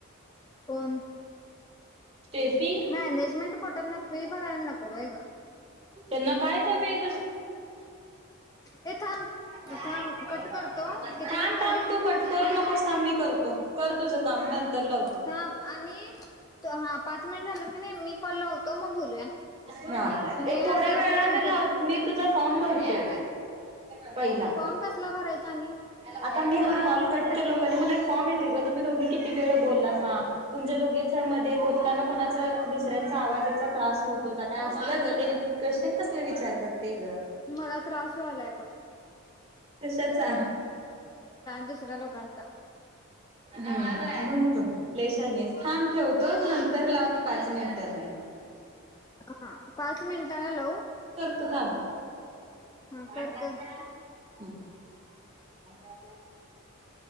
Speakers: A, on the left (about 15°); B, on the right (about 25°).
A: कोण?
B: स्टेफी
A: मॅनेजमेंट कोटातनं फी भराय नको व्हय ग
B: तेना काय कमी
A: ए थांब
B: हाय
A: थांब
B: <unintelligible>
A: कट करतो किती
B: थांब
A: मिनिट झालीत
B: थांब तू कट करू नकोस थांब मी करतो. कर तुझं काम नंतर लावतो.
A: हा आणि त हा पाच महिनं झाल्यात कि नाही मी कॉल लावतो मग बोलूया
B: हा
A: म्हणजे
B: एक थोड्या
A: असं
B: वेळान
A: आपलं कंटिन्यू
B: लाव मि तुझा फॉम भरतो. <inaudible> पहिला,
A: फॉर्म कसला भरायचा आणि
B: आता मी हा कॉल कट केलो का नाही मला एक फॉम येतोच ग तुम्ही दोघी किती वेळ बोलासा, तुमच्या दोघीनच्या मध्ये बोलताना कुणाचं दुस त्यांचा आवाजाचा त्रास होत होता काय? आसलं ग त्यांनी क्वेशन कसले विचारतात. ते ग
A: मला त्रास व्हयालाय बग
B: तसच आणा.
A: दुसऱ्या लोकांचा
B: <inaudible> म्हण तू लय शानी आहेस. थांब ठेवतो नंतर लाव नंतरन
A: हा पाच मिनिटांन लावू?
B: तू थांब
A: हा कर
B: <inaudible>
A: कर
B: ह <unintelligible>